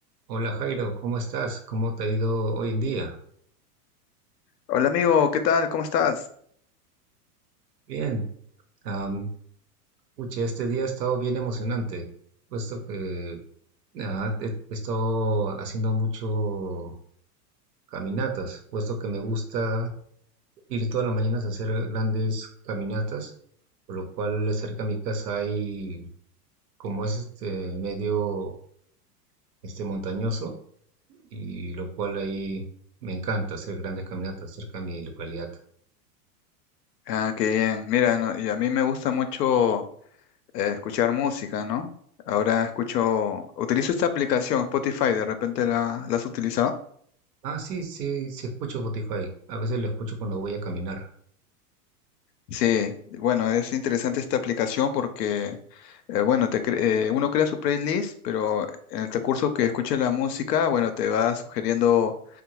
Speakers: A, on the right; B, on the left.
A: Hola Jairo, ¿cómo estás? ¿Cómo te ha ido hoy en día?
B: Hola amigo, ¿qué tal? ¿Cómo estás?
A: Bien. Am, pucha, este día ha estado bien emocionante, puesto que ah, he, he estado haciendo mucho caminatas, puesto que me gusta ir todas las mañanas a hacer grandes caminatas, por lo cual cerca de mi casa hay, como es este medio este montañoso, y lo cual ahí me encanta hacer grandes caminatas cerca de mi localidad.
B: Ah, qué bien. Mira, no, y a mí me gusta mucho eh, escuchar música, ¿no? Ahora escucho, utilizo esta aplicación, Spotify, ¿de repente la, la has utilizado?
A: Ah, sí, sí, sí escucho Spotify. A veces lo escucho cuando voy a caminar.
B: Sí, bueno, es interesante esta aplicación porque, eh, bueno, te cre- eh, uno crea su playlist, pero en el recurso que escuche la música, bueno, te va sugiriendo